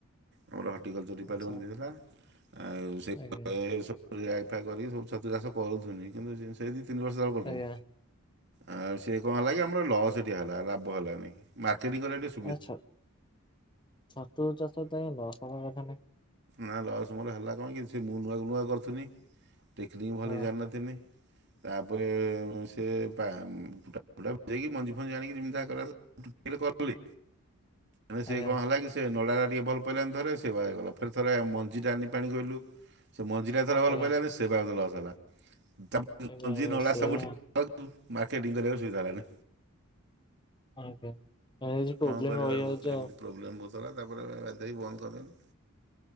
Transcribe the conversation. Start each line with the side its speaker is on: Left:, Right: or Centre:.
Right: ଆମର ହର୍ଟିକଲଚର୍ ଡିପାର୍ଟମେଣ୍ଟ
Left: ଆଚ୍ଛା
Right: ଦେଇଦେଲା। ଆଉ ସେ <inaudible>
Left: ଆଜ୍ଞା
Right: ସ ରେକ ଫେକ କରିକି ସବୁ ଛତୁ ଚାଷ କରୁଥୁନି। କିନ୍ତୁ ଯେ ସେଇ ଦି ତିନି ବର୍ଷ ତଳେ କରୁଥୁନି।
Left: ଆଜ୍ଞା
Right: ଆଉ ସେ କଣ ହେଲା କି ଆମର ଲସ୍ ଟି ହେଲା। ଲାଭ ହେଲାନାହିଁ। ମାର୍କେଟିଂ କରିବାକୁ ଟିକେ ସୁ
Left: ଆଚ୍ଛା ଛତୁ ଚାଷ ତ <unintelligible>
Right: ନା ଲସ୍ ମୋର ହେଲା କଣ କିି ସେ ମୁଁ ନୂଆକୁ ନୂଆ କରୁଥୁନି। ଟେକ୍ନିକ୍ ଭଲି
Left: ହଁ
Right: ଜାଣିନଥିନି। ତାପରେ ଉଁ, ସେ ପା-ଉଁ, ଟା <inaudible> ବୁ ଦେଇକି ମଞ୍ଜି ଫଞ୍ଜି ଆଣିକି ଯେମିତି ଯାହା କରିବା <inaudible> ଚୁପ୍ତିରେ କଲି। ହେନେ ସେ
Left: ଆଜ୍ଞା
Right: କଣ ହେଲା କି ସେ ନଡା ଟା ଟିକେ ଭଲ ପଇଲାନି ଥରେ ସେବା ହେଇଗଲା। ଫେର୍ ଥରେ ମଞ୍ଜିଟା ଆଣିନି ପାଣି କୋଇଲି ରୁ ସେ ମଞ୍ଜି ଟା ସେଟା ଭଲ
Left: ଆଜ୍ଞା
Right: ପଇଲାନି ସେବାଗ ଲସ୍ ହେଲା। ତା <inaudible>
Left: ଆଜ୍ଞା
Right: ଯିଏ ନଡା
Left: ସେଇଆ
Right: ସବୁଠି <inaudible> କୁ ମାର୍କେଟିଙ୍ଗ କରିବାକୁ ସୁବିଧା ହେଲାନି।
Left: ଆଜ୍ଞା ତୋମର କିଛି
Right: କଣ
Left: ପ୍ରୋବ୍ଲେମ୍
Right: କରିବା
Left: ରହିଯାଉଚି
Right: ଏମିତି
Left: ଆଉ।
Right: ପ୍ରୋବ୍ଲେମ୍ ବହୁତ ହେଲା ତାପରେ ବାଧ୍ଯ ହେଇ ବନ୍ଦ କରିଦେନି।